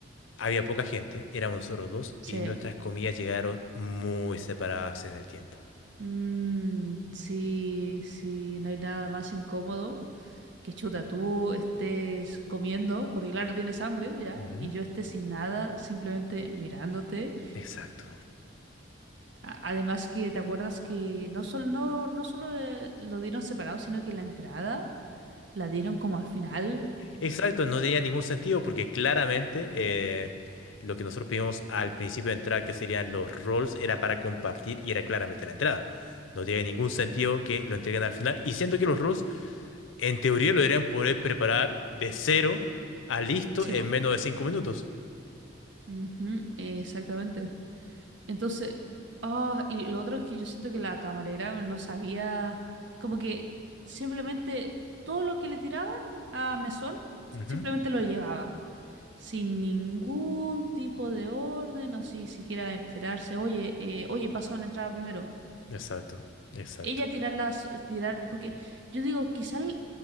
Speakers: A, on the left; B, on the right.
A: había poca gente, éramos nosotros dos,
B: Sí.
A: y nuestras comidas llegaron muy separadas en el tiempo.
B: Mm, sí, sí, no hay nada más incómodo que chuta, tú estés comiendo, porque claro, tienes hambre ya,
A: Ujú,
B: y yo esté sin nada, simplemente mirándote.
A: Exacto.
B: A- además que te acuerdas que no solo, no, no solo eh, lo dieron separado, sino que la entrada la dieron como al final.
A: Exacto, no tenía ningún sentido porque claramente eh, lo que nosotros pedimos al principio de entrada, que serían los rolls, era para compartir y era claramente la entrada. No tiene ningún sentido que lo entreguen al final. Y siento que los rolls, en teoría, lo deberían poder preparar de cero a listo
B: Sí,
A: en
B: bo.
A: menos de cinco minutos.
B: Ujú, exactamente. Entonces, ah, y lo otro es que yo siento que la camarera no sabía, como que simplemente todo lo que le tiraban a Mesón,
A: Ujú,
B: simplemente lo llevaba, sin ningún tipo de orden o si siquiera esperarse, oye, eh, oye, pásame la entrada primero.
A: Exacto, exacto.
B: Ella tirar las, tirar, porque yo digo, quizás,